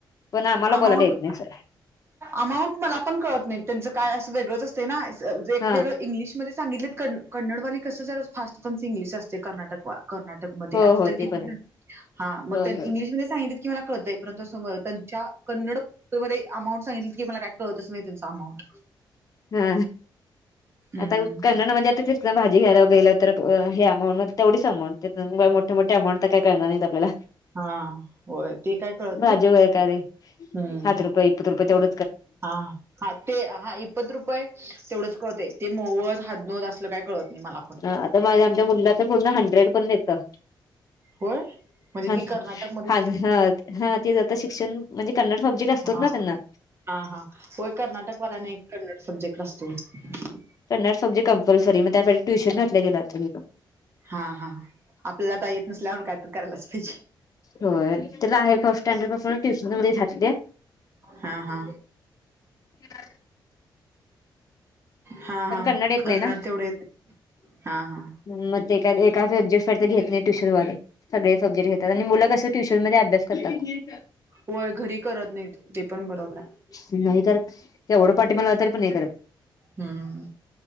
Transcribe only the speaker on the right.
अमाऊंट
अमाऊंट मला पण कळत नाही. त्यांच काय अस वेगळच असते ना. एक
वेगळ इंग्लिशमध्ये सांगितलेत, क कन्नडवाली कस जरा फास्ट त्यांच इंग्लिश असते. कर्नाटक वा कर्नाटकमध्ये
आता
तर
किती
हा मग
त्या,
इंग्लिशमध्ये सांगितल की मला कळतय. परंतु त्यांच्या कन्नड कन्नड भाषेमध्ये अमाऊंट सांगितल की मला काय कळतच नाही त्यांच अमाऊंट.
हम्म.
हा होय ते काय कळत
नाहीत.
हम्म.
हा हा ते हा इपत रुपये, तेवढच कळतय. ते मोवत हदनोत असल काय कळत नाही मला. पण.
होय म्हणजे
ती कर्नाटकमध्येच
हा
हा हा होय कर्नाटकवाल्यांना एक कन्नड सब्जेक्ट असतो होय.
हा हा आपल्याला आता येत नसल्यावर काय तर करायलाच पाहिजे.
हा हा
हा
हा
कन्नड
तेवढे येत. हा हा
होय घरी करत नाही. ते पण बरोबर आहे.
हम्म